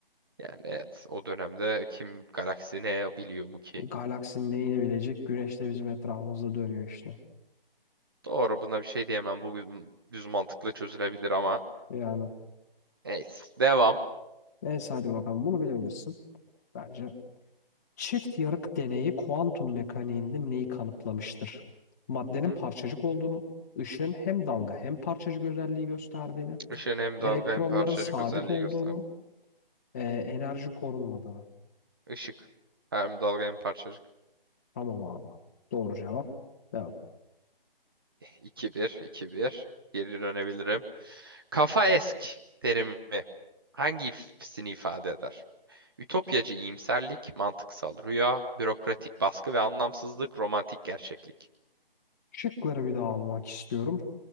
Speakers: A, on the right; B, on the left.
A: Yani evet o dönemde kim galaksi ne biliyor mu ki?
B: Galaksinin neyini bilecek? Güneş de bizim etrafımızda dönüyor işte.
A: Doğru buna bir şey diyemem. Bu düz düz mantıkla çözülebilir ama
B: Yani
A: neyse. Devam.
B: neyse hadi bakalım bunu bilebilirsin. Bence Çift yarık deneyi kuantum mekaniğinde neyi kanıtlamıştır? Maddenin
A: Hı.
B: parçacık olduğunu, ışığın hem dalga hem parçacık özelliği gösterdiğini,
A: Işığın hem
B: elektronların
A: dalga hem parçacık
B: sabit
A: özelliği
B: olduğunu,
A: gösterdi.
B: e, enerji korunmadığını.
A: Işık. Hem dalga hem parçacık.
B: Tamam abi. Doğru cevap. Devam.
A: 2 bir, iki bir. Geri dönebilirim. Kafa esk terimi hangisini ifade eder? Ütopyacı iyimserlik, mantıksal rüya, bürokratik baskı ve anlamsızlık, romantik gerçeklik.
B: Şıkları bir daha almak istiyorum.